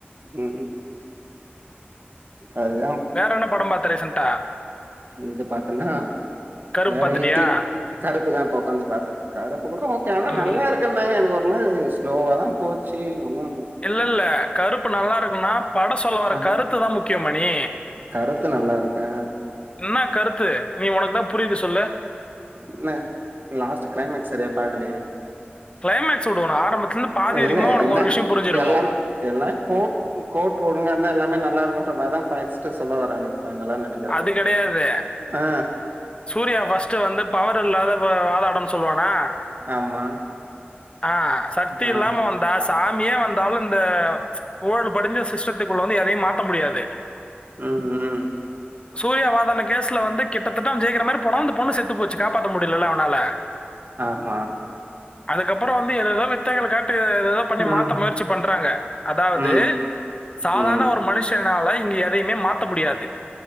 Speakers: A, on the right; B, on the left.
A: ம் ம் அதா
B: வேற என்ன படம் பாத்த ரீசன்டா
A: இது பாத்தன்னா
B: கருப்பு
A: வேற
B: பார்த்துட்டியா?
A: ஈட்டி கருப்புதா இப்ப உக்காந்து பாத்தே கருப்பு கூட ஓகே ஆனா
B: ம்.
A: நல்லா இருக்கு இல்லண்ணே எனக்கு ஒருமாரி ஸ்லோவா தா போச்சு ஒன்னு
B: இல்ல இல்ல கருப்பு நல்லா இருக்குன்னா படோ சொல்ல வர்ற
A: ஆ
B: கருத்துதா முக்கியோ மணி
A: கருத்து நல்லா இருக்கே
B: என்னா கருத்து நீ உனக்கு தா புரியுது சொல்லு
A: என்ன லாஸ்ட்டு கிளைமாக்ஸ் சரியா பாக்கலையே
B: கிளைமாக்ஸ் விடு ஒன்ன ஆரம்பத்துல இருந்து பாதி வரிக்குமா
A: இல்ல
B: ஒனக்கு
A: என்ன
B: ஒரு விஷயோ புரிஞ்சிருக்கு
A: எல்லாம் எல்லா கோட் கோர்ட் ஒழுங்கா இருந்தா எல்லாமே நல்லா இருக்குன்ற மாதிரி தா ஃபஸ்ட்டு சொல்ல வராங்க ஃபைனலா நெனை க்கிறே
B: அது கிடையாது.
A: ஆ
B: சூர்யா ஃபஸ்ட்டு வந்து பவர் இல்லாத வ வாதாடனு சொல்லுவானா
A: ஆமா
B: ஆ சக்தி
A: ஆ
B: இல்லாம வந் தா சாமியே வந்தாலு இந்த ஊழல் படிஞ்ச சிஷ்டத்துக்குள்ள வந்து எதையும் மாத்த முடியாது
A: ம் ஹும்
B: சூர்யா வாதாடுன கேஸ்ல வந்து கிட்டத்தட்ட அவ ஜெயிக்கிற மாறி போனு அந்த பொண்ணு செத்து போச்சு காப்பாத்த முடியலல்ல அவனால
A: ஆமா
B: அதுக்கப்பறோ வந்து எதேதோ வித்தைகள காட்டி எதேதோ பண்ணி
A: ம்
B: மாத்த முயற்சி பண்றாங்க அதாவது
A: ம்
B: சாதாரண
A: ம்
B: ஒரு மனுஷனால இங்க எதையுமே மாத்த முடியாது